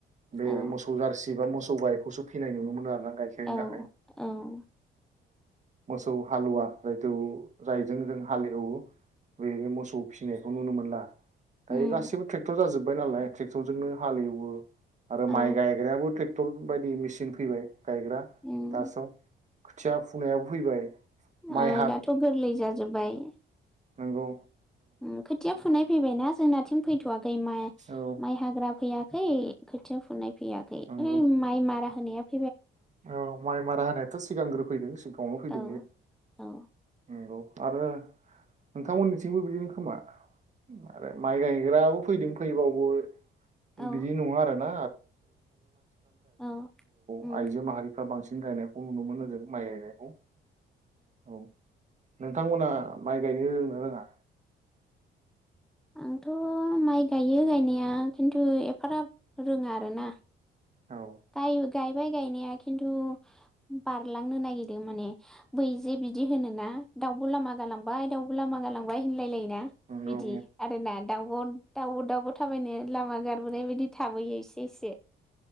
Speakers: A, on the right; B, in the centre.
A: बे
B: औ
A: मोसौ जारसि एबा मोसौ गायखौसो फिनाय नुनो मोन आरोना आं। गायखेरनि
B: औ
A: दाखाय।
B: औ
A: मोसौ हालुवा जायथु जायजों जों हालेवो बै मोसौ फिसिनायखौ नुनो मोनला।
B: उम
A: दायो गासिबो ट्रेक्टर जाजोब जबाय नालाय ट्रेक्टर जजोंनो हालेवो आरो
B: औ
A: माइ गायग्रायाबो ट्रेक्टर बायदि मेसिन फैबाय। गायग्रा
B: उम
A: थासाव। खोथिया फुनायाबो। फैबाय। माइ
B: ओह दाथ गोरलै जाजोब्बाय।
A: नोंगौ।
B: उम खोथिया फुनाय फैबायना जोंनाथिं फैथवाख माइ
A: औ
B: माइ हाग्रा फैयाखै खोथिया फुनाय फैयाखै ऐ
A: नंगौ
B: माइ मारा। <unintelligible>
A: औ माइ माराहोनायथ। सिगांग्रो फैदों सिगा <unintelligible> फैदों
B: औ
A: बेे
B: औ
A: नंगौ। आरो नोंथांमोननिथिं बिदिनो खोमा आरो माइ गायग्राबो फैदों फैबावगौओ
B: औ
A: बिदि नङा आरो ना
B: औ उम
A: <unintelligible> <unintelligible> आइजो माहारि। दा बांसिन गायनायखौ नुनो मोनो जों माइ गायनायखौ। औ। नोंथांमोना माइ गायनो रोंङो ना रोङा?
B: आंथ माइ गायो गायनाया खिन्थु एफाराब रोङा आरोना।
A: औ
B: गायु गायबाय गायनाया खिन्थु बारलांनो नागिरो माने बै जे बिदि होनोना दाउब लामा गालांबाय दाउब लामा गालांबाय होनलायलायो ना
A: नंगौ
B: बिदि आरोना दाउब दाउबो दाउबो थाबायनो लामा गारबोनाय बायदि थाबोयो इसे इसे।